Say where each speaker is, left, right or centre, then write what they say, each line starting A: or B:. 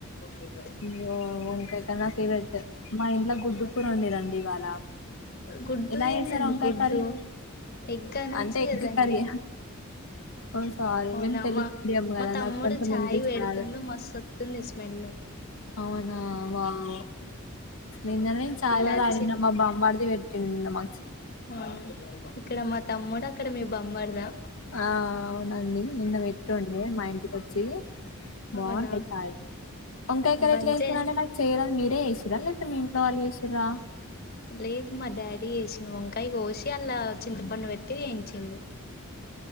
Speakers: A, on the left; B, on the left.
A: తిన్న
B: అయ్యో వంకాయ కర్రీ నా ఫేవరెట్ మా ఇంట్లో గుడ్డు కూర వండిరండి ఇవాళ
A: గుడ్డు
B: ఎలా
A: తిన్న
B: చేస్తారు వంకాయ
A: గుడ్డు
B: కర్రీ
A: ఎగ్గా అనొచ్చు
B: అంటే ఎగ్
A: కదండి
B: కర్రీ ఓ సారీ
A: అవునా
B: మేము తెలుగు
A: మ
B: మీడియం కదా
A: మా తమ్ముడు
B: నాకు కొంచెం
A: చాయ్
B: ఇంగ్లీష్
A: వేడుతుండు
B: రాదు
A: మస్తు వస్తుంది స్మెల్ అ
B: అవునా వావ్ నిన్ననే చాయ్
A: ఇలాచి
B: కూడా తాగిన మా బామ్మర్ది పెట్టిండు చిన్న మ
A: ఆ ఇక్కడ మా తమ్ముడు అక్కడ మీ బొమ్మర్దా
B: ఆ అవునండి నిన్న పెట్టుండే మా ఇంటికొచ్చి బాగుంటాయి
A: అవునా
B: చాయి వంకాయి కర్రి
A: బంజే
B: ఎట్లా చేస్తారండీ నాకు చేయరాదు మీరు రే చేసిరా లేకపోతే మీ ఇంట్లో వాళ్లు చేసిరా
A: లేదు మా డాడీ చేసిండు వంకాయ కోసి అల్లా చింతపండు పెట్టి వేయించిండు